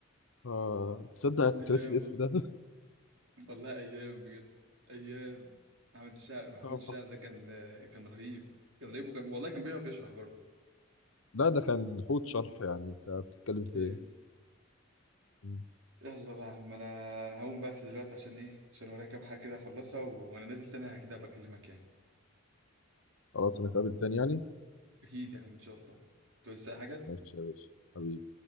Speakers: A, on the left; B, on the right.
A: اه تصدق أنا كنت
B: ايام
A: ناسي الاسم
B: والله
A: ده
B: والله ايام بجد ايام محمد الشاعر محمود
A: آه،
B: الشاعر
A: حق.
B: ده
A: <laughs>
B: كان كان رهيب كان رهيب وكان والله كان بيعرف يشرح برضه
A: لا ده كان حوت شرح يعني انت بتتكلم في
B: طيب.
A: ايه مم.
B: يلا بقى يا عم انا هقوم بس دلوقتي عشان ايه عشان ورايا كام حاجه كده اخلصها وانا نازل تاني كده بكلمك يعني
A: خلاص انا اتقابل تاني يعني
B: اكيد يا عم ان شاء الله توزع حاجه
A: ماشي يا باشا حبيبي